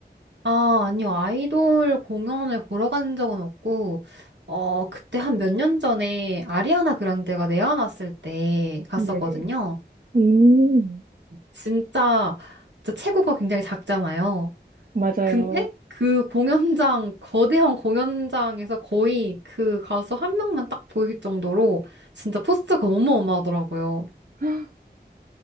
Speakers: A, on the right; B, on the right.
A: 아, 아니요. 아이돌 공연을 보러 간 적은 없고, 어, 그때 한 몇 년 전에 아리아나 그란데가 내한왔을 때 갔었거든요.
B: 네네. 음,
A: 진짜, 진짜 체구가 굉장히 작잖아요.
B: 맞아요.
A: 근데 그 공연장, 거대한 공연장에서 거의 그 가수 한 명만 딱 보일 정도로 진짜 포스가 어마어마하더라고요.
B: <gasps>